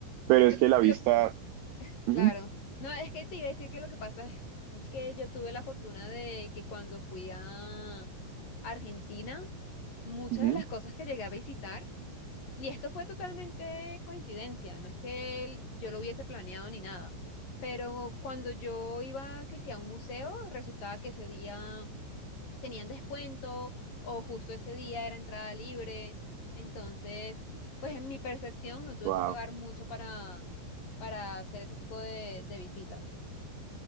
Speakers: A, on the right; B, on the left.
A: pero
B: Lo-
A: es que la
B: lo-
A: vista, ujú,
B: claro. No, es que te iba a decir que lo que pasa es que yo tuve la fortuna de que cuando fui a Argentina, muchas
A: ujú,
B: de las cosas que llegué a visitar Y esto fue totalmente coincidencia, no es que el- yo lo hubiese planeado ni nada, pero cuando yo iba, que si a un museo, resultaba que ese día tenían descuento o justo ese día era entrada libre, entonces, pues en mi percepción no tuve
A: ajá,
B: que pagar mucho para, para hacer ese tipo de, de visitas.